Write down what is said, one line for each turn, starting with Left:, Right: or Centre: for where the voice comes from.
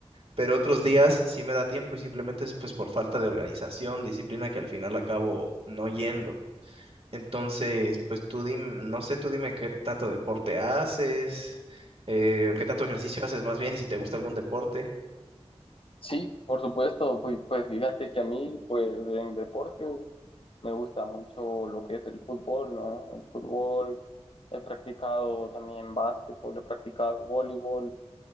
Right: pero otros días sí me da tiempo y simplemente es pues por falta de organización, disciplina que al final acabo no yendo. Entonces, pues tú dime, no sé, tú dime qué tanto deporte haces, eh, qué tanto ejercicio haces más bien y si te gusta algún deporte.
Left: Sí, por supuesto. Pues, pues fíjate que a mí, pues en deportes, me gusta mucho lo que es el fútbol, ¿no? El fútbol, he practicado también básquetbol, he practicado voleibol,